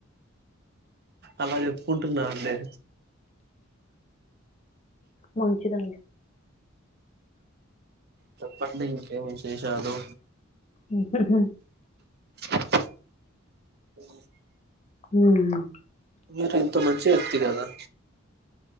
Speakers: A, on the right (about 50°); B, on the left (about 35°).
A: అలా జెప్పుకుంటున్నా అండీ
B: మంచిదండి
A: చెప్పండీ ఇంకేం విశేషాలూ
B: ఉమ్,
A: హు
B: ఊ ఊ
A: మీరింత మంచి వ్యక్తి కదా